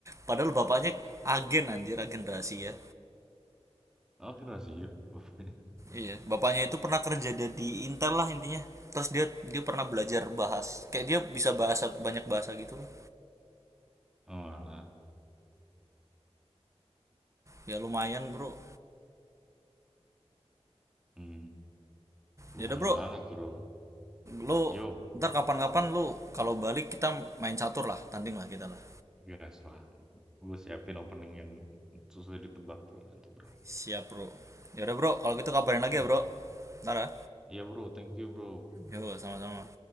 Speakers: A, on the right (about 25°); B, in the centre.
A: Padahal bapaknya agen anjir, agen rahasia.
B: Oh, kira sih ya bapaknya.
A: Iya, bapaknya itu pernah kerja di Intel lah intinya. Terus dia dia pernah belajar bahas. Kayak dia bisa bahasa banyak bahasa gitu loh.
B: Oh, alah.
A: Ya lumayan, Bro.
B: Hmm, lumayan
A: Ya udah, Bro.
B: banget, Bro.
A: Lo
B: Yo,
A: ntar kapan-kapan lo kalau balik kita main catur lah, tanding lah kita lah.
B: gas lah. Gue siapin opening yang susah ditebak, Bro, nanti, Bro.
A: Siap bro. yaudah bro, kalau gitu kabarin lagi
B: Ya,
A: ya bro. Ntar ya.
B: Iya, Bro. Thank you, Bro.
A: Yo, sama-sama.